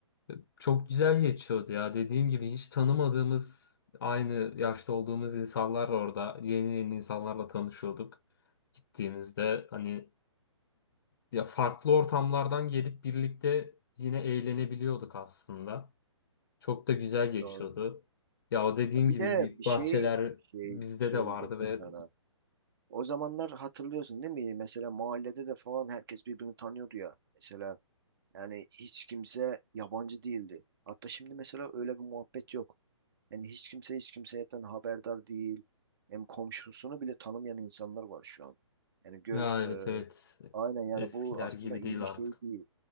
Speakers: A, on the left; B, on the right.
A: E, Çok güzel geçiyordu ya. Dediğin gibi hiç tanımadığımız, aynı yaşta olduğumuz insanlar orada. Yeni yeni insanlarla tanışıyorduk. Gittiğimizde hani ya farklı ortamlardan gelip birlikte yine eğlenebiliyorduk aslında. Çok da güzel geçiyordu.
B: Doğru.
A: Ya o dediğin
B: Bir
A: gibi
B: de
A: büyük
B: bir
A: bahçeler
B: şey şey
A: bizde
B: söyleyecektim
A: de vardı ve
B: sana. O zamanlar hatırlıyorsun değil mi? Mesela mahallede de falan herkes birbirini tanıyordu ya. Mesela yani hiç kimse yabancı değildi. Hatta şimdi mesela öyle bir muhabbet yok. Yani hiç kimse hiç kimseyden haberdar değil. Hem komşusunu bile tanımayan insanlar var şu an. Yani gör
A: ya
B: e,
A: evet evet
B: Aynen yani
A: eskiler
B: bu aslında
A: gibi
B: iyi
A: değil artık.
B: bir şey değil.